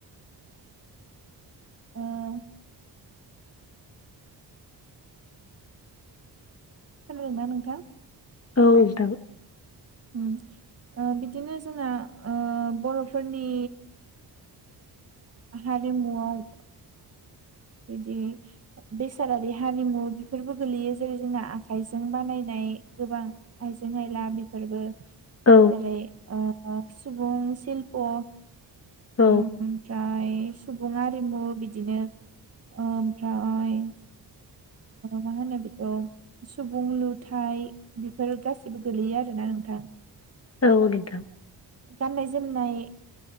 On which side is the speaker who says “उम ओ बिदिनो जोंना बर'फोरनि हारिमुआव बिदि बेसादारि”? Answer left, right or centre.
Right